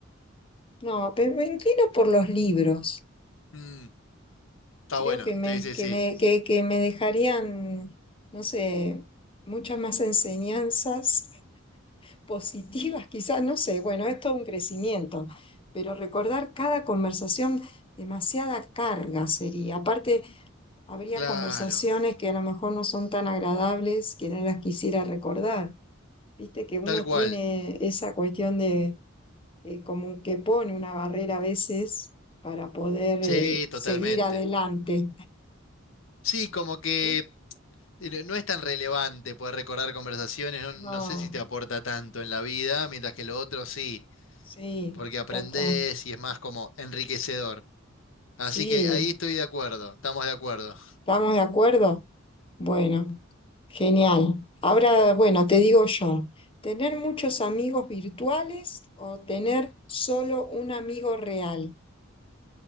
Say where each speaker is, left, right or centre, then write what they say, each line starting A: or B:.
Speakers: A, on the left; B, on the left.
A: No, pero me inclino por los libros.
B: Mm, está
A: Creo
B: bueno,
A: que me,
B: sí, sí,
A: que
B: sí.
A: me, que, que me dejarían, no sé, muchas más enseñanzas <laughs> positivas, quizás, no sé. Bueno, es todo un crecimiento, pero recordar cada conversación, demasiada carga sería. Aparte, habría
B: Claro,
A: conversaciones que a lo mejor no son tan agradables que no las quisiera recordar. Viste que uno
B: tal cual.
A: tiene esa cuestión de eh, como que pone una barrera a veces para poder
B: Sí,
A: eh, seguir
B: totalmente.
A: adelante.
B: Sí, como que
A: ¿Eh?
B: eh, no no es tan relevante poder recordar conversaciones, no,
A: No,
B: no sé si te aporta tanto en la vida, mientras que lo otro sí,
A: sí,
B: porque aprendés
A: total.
B: y es más como enriquecedor. Así
A: Sí,
B: que ahí estoy de acuerdo, estamos de acuerdo.
A: ¿estamos de acuerdo? Bueno, genial. Ahora, bueno, te digo yo, ¿tener muchos amigos virtuales o tener solo un amigo real?